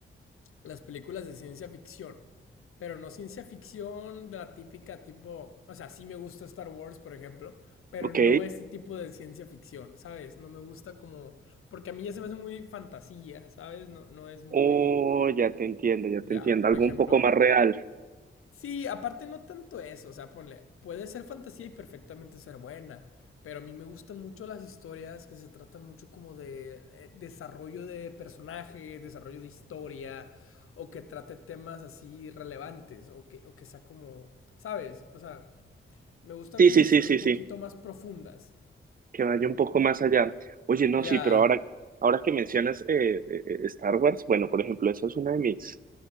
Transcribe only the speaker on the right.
Ok.
Oh, ya te entiendo, ya te
entiendo.
Algo
un poco más real.
Sí,
sí,
sí,
sí,
sí.
Que vaya un poco más allá. Oye, no,
sí, pero ahora, ahora que mencionas eh, eh, eh, Star Wars, bueno, por ejemplo, esa es una de mis,